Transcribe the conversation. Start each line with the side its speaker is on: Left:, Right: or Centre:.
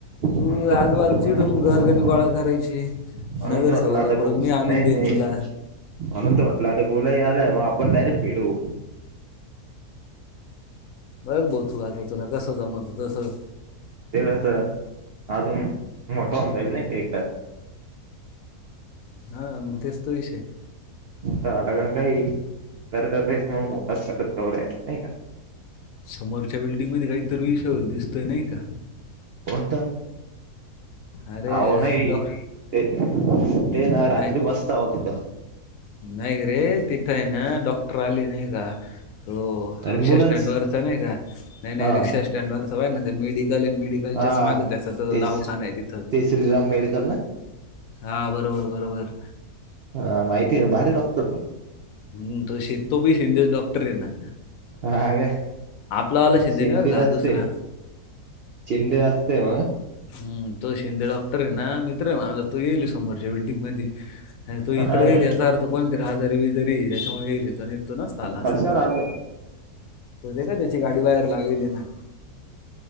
Left: तू
Right: म्हणून तर
Left: आजूबाजू
Right: म्हटलं तुम्हाला
Left: चिडून
Right: तो-
Left: घर कणी गोळा करायची.
Right: म्हणून
Left: नगरसेवकाकडून
Right: त म्हटलं आता ग
Left: मी आणून
Right: नाही
Left: देईल
Right: नाही.
Left: तुला
Right: म्हणून तर म्हटलं आता गोलाही आलाय मग आपण डायरेक्ट भेडू.
Left: बघ बो तू आद आहे तुला कसो जमातो तस.
Right: तेवस हजू मोठा अ जााईल नाही एकदास.
Left: हा मग तेच तो विषय.
Right: ता अलाग काही. दर दरस मग मोठाच करत प्रवडाच नाही का.
Left: समोरच्या बिल्डिंगमध्येध्ये काहीतरी विषय दिसतय नाही का
Right: कोणता
Left: अरे
Right: आहो नाही
Left: डॉक
Right: ते ते ना रात्री
Left: नाही,
Right: बसताह तिथं
Left: नाही रे तिथं आहे ना डॉक्टर आली नाही का तो रिक्षा
Right: अम्ब्युलन्स
Left: स्टँड वरच नाही का नाही नाही
Right: हा
Left: रिक्षा स्टँड वरच आहेय ना ते मेडिकल ए मेडिकलच्याच
Right: हा
Left: मागत
Right: तेच
Left: दावखान आहे तिथं
Right: ते श्रीराम मेडिकल ना
Left: हा बरोबर बरोबर
Right: हा माहिती आहे ना भारी डॉक्टर तू
Left: हम् त तो पी शिंदेच डॉक्टर आहे ना
Right: हा का
Left: आपलावाला शिंदे
Right: शिंडी
Left: नाही बरं का
Right: द अस
Left: दुसरा.
Right: िंडे अस असते मग
Left: हम् तो शिंदे डॉक्टर आहे ना मित्र आहे माझा तू येईल समोरच्या बिल्डिंग मध्ये त
Right: हा
Left: इकडे
Right: काय
Left: येईल असा अर्थ कोणतरी हजारी विजारी त्याच्यामुळे येईल घतो ना तला अस
Right: कशावर आलाय
Left: हो का त्या गाडी बाहेर लाली ना